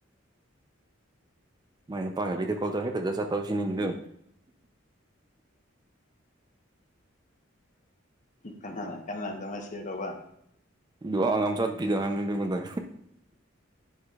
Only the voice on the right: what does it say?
ꯃꯥꯏꯅ ꯄꯥꯡꯦꯤꯗꯤ ꯀꯣꯗ ꯍꯦ ꯄ ꯆ ꯆꯄꯥꯎꯁꯤ ꯅ
ꯂꯉꯝ ꯆꯠ ꯄꯤꯗꯉꯣꯟ ꯇ